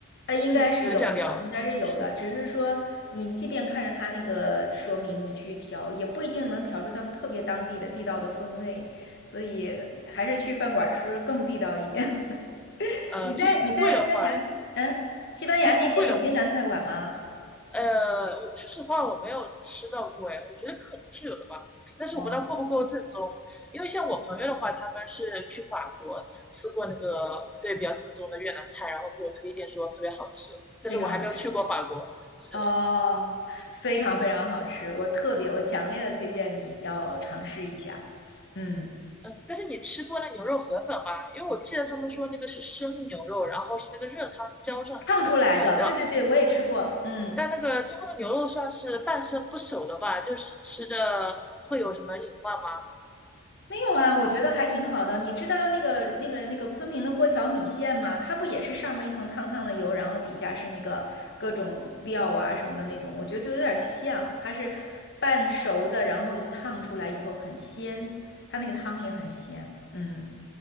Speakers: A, on the left; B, in the centre.
A: 呃，应该是有的，
B: 秘制的酱料。
A: 应该是有的，
B: 是的，
A: 只是说你即便看着它那个说明，你去调，也不一定能调出他们特别当地的地道的风味，所以还是去饭馆吃更地道一点。<laughs>
B: 呃，
A: 你在你在西班牙，
B: 其实不贵的话，
A: 嗯，西班牙那边有越南菜馆吗？
B: 其实不贵的话。呃，说实话，我没有吃到过，哎，我觉得可能是有的吧，但是我不知道够不够正宗。
A: 哦，
B: 因为像我朋友的话，他们是去法国吃过那个对比较正宗的越南菜，然后给我推荐说特别好吃，
A: 非常好吃。
B: 但是我还没有去过法国。是的，
A: 哦，非常非常好吃，我特别，我强烈的推荐你要尝试一下。嗯，
B: 嗯，但是你吃过那牛肉河粉吗？因为我记得他们说那个是生牛肉，然后是那个热汤浇上去的，
A: 烫出来的，
B: 然后
A: 对对对，我也吃过。嗯，
B: 但那个最后的牛肉算是半生不熟的吧，就是吃着会有什么隐患吗？
A: 没有啊，我觉得还挺好的。你知道那个那个那个昆明的过桥米线吗？它不也是上面一层烫烫的油，然后底下是那个各种料啊什么的那种，我觉得就有点像，它是半熟的，然后一烫出来以后很鲜，它那个汤也很鲜。嗯，